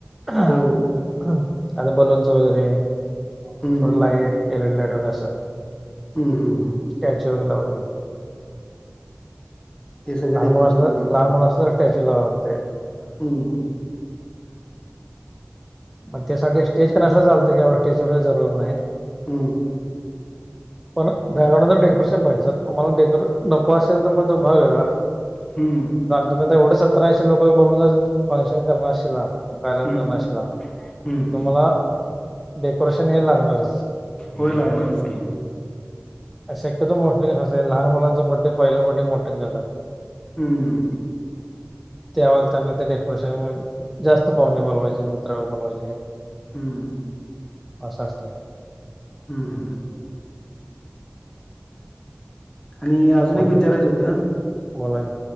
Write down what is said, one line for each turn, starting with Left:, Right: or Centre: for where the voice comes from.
Centre: <unintelligible>
Left: हो
Centre: आता बोलून स वगैरे थोडं
Left: हम्म
Centre: लाईट. एलईडी लाईट वगैरे असं.
Left: हं हं हं
Centre: त्याच व लाव
Left: हे सगळं
Centre: लहान
Left: डेकोरेशन
Centre: मुला अस
Left: मध्ये
Centre: लहान मुला असं तर टॅचेर लावं लागते
Left: हम्
Centre: मग त्यासाठी स्टेज कण असलं चालतं कि एवढं स्टेज एवढ जर नाही
Left: हम्म
Centre: पण बग डेकोरेशन पाहिजे तुम्हाला डेकोरे नको ंत्र मध्ये भाव वेगळा
Left: हम्म
Centre: तुम एवढे सतराऐंशी लोक बरून फंक्शन करणारशला कार्यकम
Left: हम्म
Centre: करणारशिला
Left: हम्म
Centre: तुम्हाला डेकोरेशन हे लागणारच
Left: होय लागणारच की
Centre: शक्यत मोठले कं लहान मुलांचं ब पहिला पटे मोटंग स
Left: हम्म
Centre: त्यावेला त्यांना ते डेकोरेशन जास्त पाहणे बोलवायचे बलाये
Left: हम्म
Centre: अस असतते
Left: हम हम आणि अजून
Centre: बाकी
Left: एक विचारायचं होतं
Centre: बोला की